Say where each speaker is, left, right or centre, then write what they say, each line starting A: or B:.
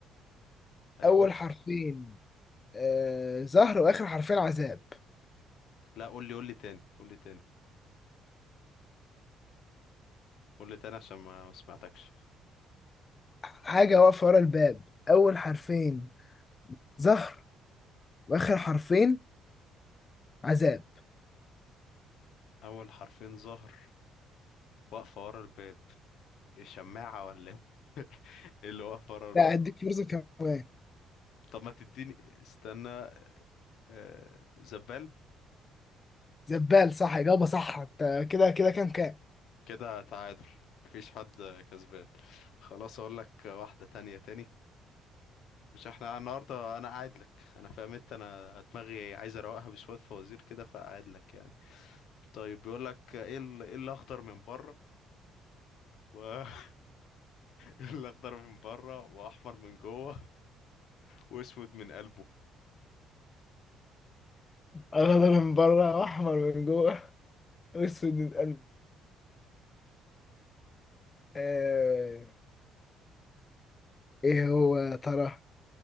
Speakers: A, on the left; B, on the left.
A: ايوه
B: أول حرفين آه زهر وآخر حرفين عذاب
A: لا قول لي قول لي تاني قول لي تاني قول لي تاني عشان ما ما سمعتكش
B: حاجة واقفة ورا الباب أول حرفين زهر وآخر حرفين عذاب
A: اول حرفين ظهر واقفة ورا الباب إيه، شماعة ولا ايه <laughs> إيه اللي واقفة ورا الباب
B: لا أديك فرصة كمان
A: طب ما تديني استنى آه، زبال
B: زبال صح إجابة صح أنت كده كده كام كام
A: كده تعادل مفيش حد كسبان خلاص اقول لك واحدة تانية تاني مش احنا النهاردة انا قاعد لك انا فاهم انت انا دماغي عايز اروقها بشوية فوازير كده فقاعد لك يعني طيب بيقول لك ايه ال- ايه الاخضر من بره و <laughs> إيه الاخضر من بره واحمر من جوه واسود من قلبه
B: أخضر من بره وأحمر من جوه وأسود من قلب آه إيه هو يا ترى